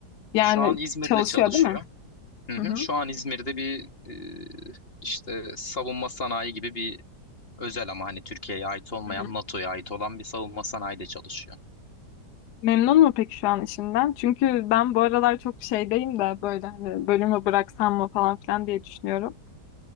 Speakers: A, on the left (about 75°); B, on the left (about 35°).
A: Yani
B: Şu an İzmir'de
A: çalışıyor
B: çalışıyor.
A: değil mi?
B: Hı
A: Hı
B: hı,
A: hı.
B: şu an İzmir'de bir e, işte savunma sanayi gibi bir özel ama hani Türkiye'ye ait olmayan
A: Hı hı.
B: NATO'ya ait olan bir savunma sanayide çalışıyor.
A: Memnun mu peki şu an işinden? Çünkü ben bu aralar çok şeydeyim de böyle hani bölümü bıraksam mı falan filan diye düşünüyorum.